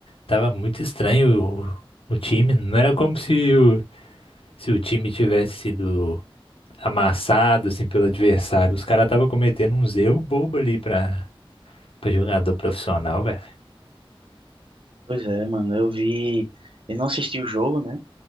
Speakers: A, on the left; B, on the right.
A: tava muito estranho o, o time. Não era como se o, se o time tivesse sido amassado assim pelo adversário. Os caras tava cometendo uns erros bobos ali pra Pra jogador profissional, velho.
B: Pois é, mano, eu vi, eu não assisti o jogo, né?